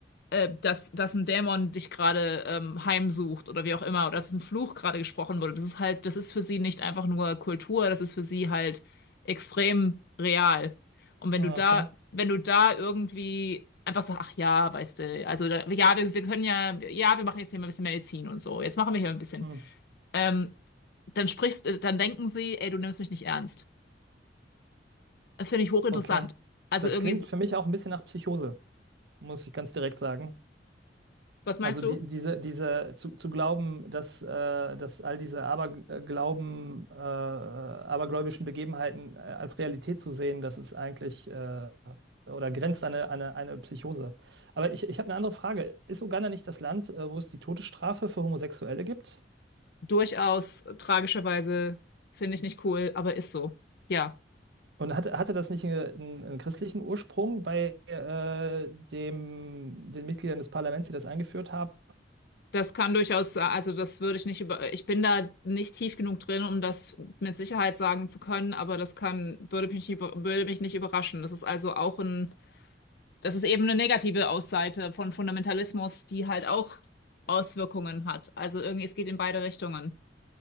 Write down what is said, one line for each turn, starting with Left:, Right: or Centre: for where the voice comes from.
Left: äh, dass, dass ein Dämon dich gerade ähm, heimsucht oder wie auch immer, oder dass ein Fluch gerade gesprochen wurde. Das ist halt, das ist für sie nicht einfach nur Kultur, das ist für sie halt extrem real. Und wenn
Right: Ah,
Left: du da,
Right: okay.
Left: wenn du da irgendwie einfach sagst, ach ja, weißt du, also da- ja, wir, wir können ja, ja, wir machen jetzt hier mal ein bisschen Medizin und so, jetzt machen wir hier ein bisschen.
Right: Mhm.
Left: Ähm, dann sprichst, äh, dann denken sie, ey, du nimmst mich nicht ernst. Finde ich hochinteressant.
Right: Okay.
Left: Also
Right: Das
Left: irgendwie,
Right: klingt
Left: so-
Right: für mich auch ein bisschen nach Psychose, muss ich ganz direkt sagen.
Left: was meinst
Right: Also
Left: du?
Right: die, diese, diese zu, zu glauben, dass, äh, dass all diese Aberglauben, äh, abergläubischen Begebenheiten äh, als Realität zu sehen, das ist eigentlich äh, oder grenzt an eine, eine, eine Psychose. Aber ich, ich habe eine andere Frage. Ist Uganda nicht das Land, äh, wo es die Todesstrafe für Homosexuelle gibt?
Left: Durchaus äh, tragischerweise finde ich nicht cool, aber ist so. Ja,
Right: Und hatte, hatte das nicht einen, einen, einen christlichen Ursprung bei äh, dem, den Mitgliedern des Parlaments, die das eingeführt haben?
Left: das kann durchaus, sa- also das würde ich nicht über, ich bin da nicht tief genug drin, um das mit Sicherheit sagen zu können, aber das kann, würde mich nicht, über- würde mich nicht überraschen. Das ist also auch ein, das ist eben eine negative Ausseite von Fundamentalismus, die halt auch Auswirkungen hat. Also irgendwie, es geht in beide Richtungen.